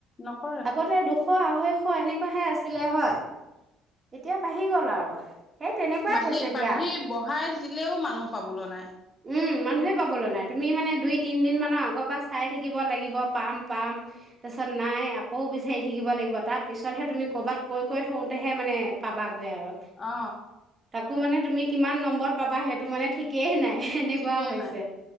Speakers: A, on the left; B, on the right.
A: নকৰে
B: আগতে দুশ-আঢ়ৈ অ, এনেকুৱাহে আছ ছিলে হয়। এতিয়া বাঢ়ি গ'ল আৰু। সেই তেনেকুৱাই
A: বাঢ়ি-বাঢ়ি-বঢ়াই
B: হৈছে দিয়া
A: দিলেও মানুহ পাবলে নাই।
B: উম মানুহে পাবলৈ নাই। তুমি মানে দুই-তিনমানৰ আগৰ পৰা চাই থাকিব লাগিব। পাম-পাম তাৰপিছত, নাই আকৌ বিচাৰি থাকিব লাগিব। তাৰ পিছতহে তুমি ক'ৰবাত কৈ কৈ থ‌ওঁতেহে মানে পাবাগৈ আৰু
A: অ
B: তা আকৌ, মানে তুমি কিমান নম্বৰত পাবা। সেইটো মানে ঠিকেই নাই। সেনেকুৱা
A: ঠিকেই
B: হৈছ
A: নাই